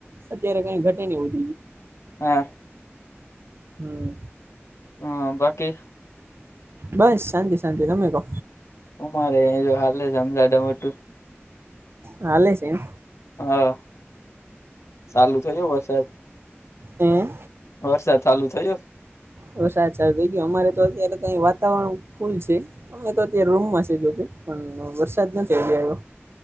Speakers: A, on the right; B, on the left.
A: અત્યારે કઈ ઘટે ન ગયું
B: હા
A: હમ્મ
B: હમ્મ બાકી
A: બસ શાંતિ શાંતિ તમે કહો
B: અમારે જો હાલે આમ જાડા મોટું
A: હાલે છે એમ
B: હા ચાલુ થયો વરસાદ
A: હમ્મ
B: વરસાદ ચાલુ થયો
A: વરસાસ ચાલુ થઈ ગયું અમારે તો અત્યારે તો વાતાવરણ પુલ છે અમે તો અત્યારે રૂમ માં છે જો પણ વરસાદ નથી થ ગ આવ્યો